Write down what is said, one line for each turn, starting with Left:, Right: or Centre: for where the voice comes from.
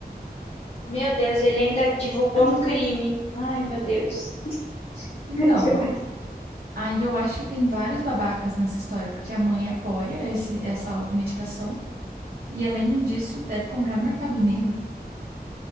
Left: Meu Deus, ele ainda divulgou um crime. Ai, meu Deus. <laughs>
Right: Então.
Left: Que ódio.
Right: Aí eu acho que tem vários babacas nessa história, porque a mãe apoia esse, essa automedicação e, além disso, deve comprar no mercado negro.